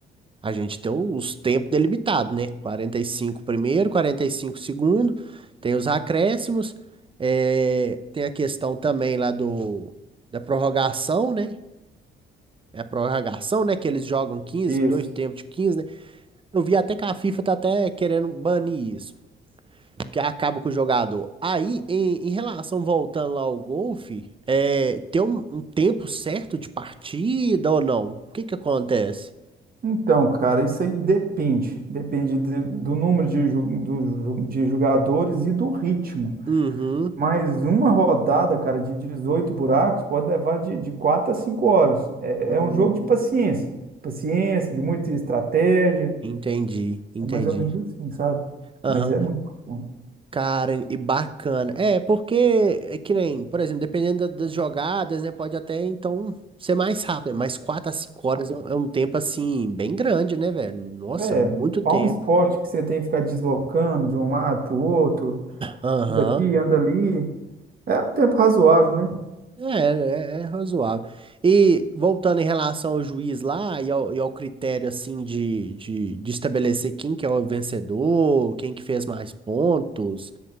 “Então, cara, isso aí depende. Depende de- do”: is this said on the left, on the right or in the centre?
Right